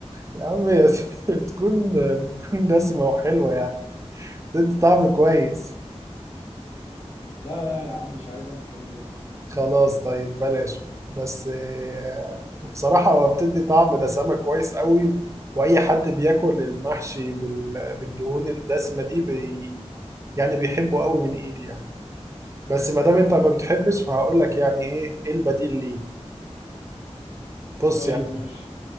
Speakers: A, on the right; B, on the left.
A: يا عم <laughs> بتكون بتكون دسمة وحلوة يعني بتدي طعم كويس
B: لا لا يا عم مش عايز انا الكلام ده
A: خلاص طيب بلاش بس آه، بصراحة هو بتدي طعم دسامة كويس قوي وأي حد بياكل المحشي بال- بالدهون الدسمة دي بي يعني بيحبه قوي من إيدي يعني بس ما دام أنت ما بتحبش فهقول لك يعني إيه إيه البديل ليه بص
B: طيب
A: يعني
B: ماشي